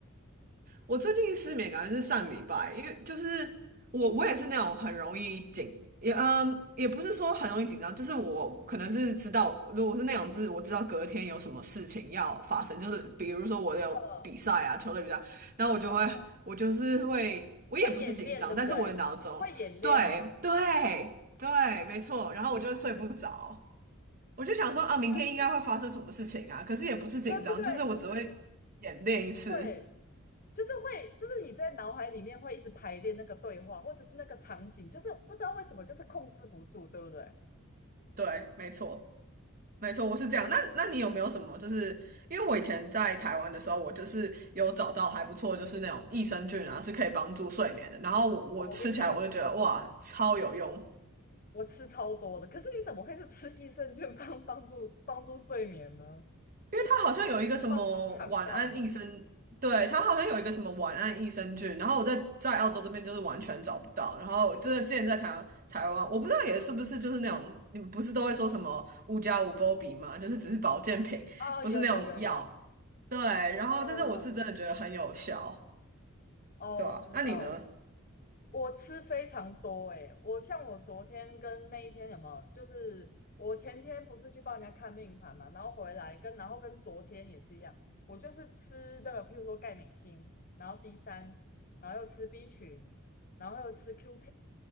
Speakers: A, on the right; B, on the left.
A: 我最近失眠感觉是上个礼拜，因为就是我我也是那种很容易紧，也嗯也不是说很容易紧张，就是我可能是知道，如果是那种就是我知道隔天有什么事情要发生，就是比如说我有比赛啊，
B: 嗯
A: 球类比赛，然后我就会我就是会，
B: 嗯，
A: 我也不是紧张，
B: 会演练对不对？
A: 但是我的脑中对对对，
B: 会演练吗？
A: 没错，然后我就睡不着。我就想说啊，
B: 我下次
A: 明天应该会发生什么事情啊？可是也不是紧张，
B: 对不对？
A: 就是我只会演练一次。
B: 就是对，就是会，就是你在脑海里面会一直排练那个对话，或者是那个场景，就是不知道为什么就是控制不住，对不对？
A: 对，没错，没错，我是这样。那那你有没有什么？就是因为我以前在台湾的时候，我就是有找到还不错，就是那种益生菌啊，是可以帮助睡眠的。然后我我吃起来，
B: 哦，我跟你讲，
A: 我就觉得哇，
B: 我我
A: 超有用。
B: 我吃超多的，可是你怎么会是吃益生菌帮帮助帮助睡眠呢？
A: 因为它好像有一个什么晚安益生，
B: 益生菌不是帮助肠道吗？
A: 对，它好像有一个什么晚安益生菌，然后我在在澳洲这边就是完全找不到，然后真的之前在台湾台湾，我不知道也是不是就是那种你们不是都会说什么五加五波比吗？就是只是保健品，
B: 哦，
A: 不是那种药，
B: 有有有有，
A: 对，然后但是我是真的觉得很有效，
B: 嗯，哦，
A: 对吧？
B: 我知道了，
A: 那你呢？
B: 我吃非常多诶、我像我昨天跟那一天有没有，就是我前天不是去帮人家看命盘嘛，然后回来跟然后跟昨天也是一样，我就是吃的，譬如说钙镁锌，然后 D 三，然后又吃 B 群，然后又吃 q 1